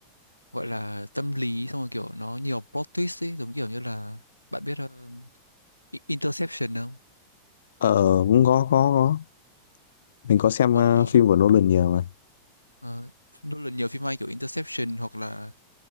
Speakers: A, on the left; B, on the left.
A: gọi là tâm lý xong rồi kiểu nó nhiều plot twist ấy giống kiểu như là bạn biết ờ, I- Interception không
B: Ờ cũng có có có Mình có xem
A: của
B: ờ, phim của Nolan nhiều mà
A: ờ, Nolan nhiều phim hay kiểu Interception hoặc là